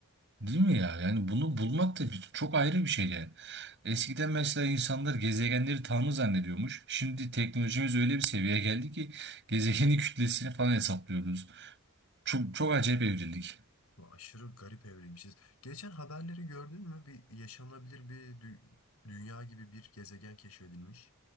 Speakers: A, on the right (about 55°); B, on the left (about 80°).
A: Değil mi ya? Yani bunu bulmak da bir- çok ayrı bir şey yani. Eskiden mesela insanlar gezegenleri tanrı zannediyormuş. Şimdi teknolojimiz öyle bir seviyeye geldi ki gezegenin <laughs> kütlesini falan hesaplıyoruz. Çok, çok acayip evrildik.
B: Bu Aşırı garip evrilmişiz. Geçen haberleri gördün mü? Bir yaşanabilir bir dü- dünya gibi bir gezegen keşfedilmiş.